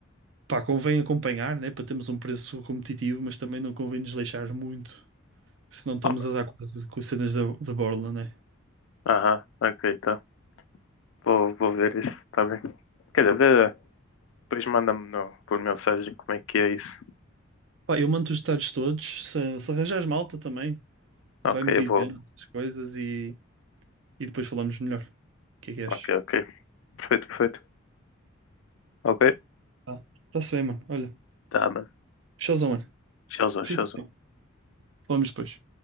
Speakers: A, on the right; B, on the left.
A: pá, convém acompanhar, né? Para termos um preço competitivo, mas também não convém desleixar muito, senão estamos
B: Ah, mano.
A: a dar quase com as cenas da, da borla, né?
B: Aham. Ok, tá. Vou, vou ver isso, tá bem. Quer dizer, vê, depois manda-me no- por mensagem como é que é isso.
A: Pá, eu mando os detalhes todos. Se, se arranjares malta também,
B: Ok,
A: Vai-me
B: eu
A: dizendo
B: vou.
A: as coisas e, e depois falamos melhor. O que é que achas?
B: Ok, ok. Perfeito, perfeito. Ok?
A: Tá. Tá-se bem, mano. Olha,
B: Tá, mano.
A: showzão, mano.
B: Tchauzão,
A: Fica
B: tchauzão.
A: bem. Falamos depois.